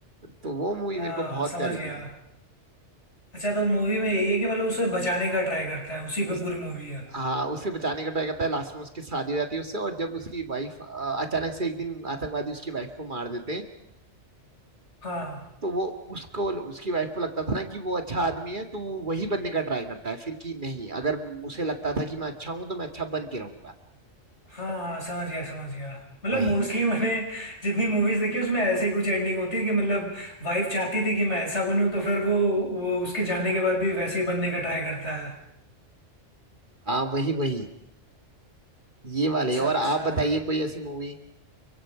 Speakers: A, on the right; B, on the left.
A: तो वो मूवी
B: हाँ
A: मेरे को बहुत
B: समझ
A: प्यारी
B: गया
A: लगी
B: अच्छा तो मूवी में यही है कि मतलब उसे बचाने का ट्राई करता है उसी
A: उस
B: पे पूरी मूवी है
A: हाँ उसे बचाने का ट्राई करता है लास्ट में उसकी शादी हो जाती है उससे और जब उसकी वाइफ अचानक से एक दिन आतंकवादी उसकी वाइफ को मार देते हैं
B: हाँ
A: तो वो उसको उसकी वाइफ को लगता था ना कि वो अच्छा आदमी है तो वो वही बनने का ट्राई करता है फिर कि नहीं अगर उसे लगता था कि मैं अच्छा हूं तो मैं अच्छा बन के रहूंगा
B: हाँ समझ गया समझ गया मतलब
A: वही
B: मोस्टली
A: है
B: मैंने जितनी मूवीज देखी उसमें ऐसे ही कुछ एंडिंग होती है कि मतलब वाइफ चाहती थी कि मैं ऐसा बनूं तो फिर वो वो उसके जाने के बाद भी वैसे ही बनने का ट्राई करता है
A: हाँ वही वही ये वाले
B: अच्छा
A: और
B: अच्छा
A: आप बताइए कोई ऐसी मूवी